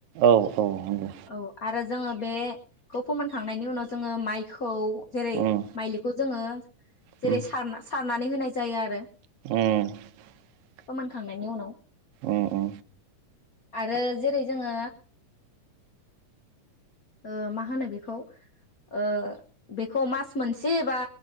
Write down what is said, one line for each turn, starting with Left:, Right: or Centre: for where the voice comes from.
Right: औ-औ नंगौ।
Left: औ आरो जोङो बेखौ फोमोनखांनायनि उनाव जोङो माइखौ जेरै
Right: उम
Left: माइलिखौ जोङो
Right: उम
Left: जेरै सा- सारनानै होनाय जायो आरो
Right: <unintelligible>
Left: फोमोनखां <unintelligible> उनाव
Right: ओ ओ।
Left: आरो जेरै जोङो ओ मा होनो ओ बेखौ-बेखौ मास मोनसे बा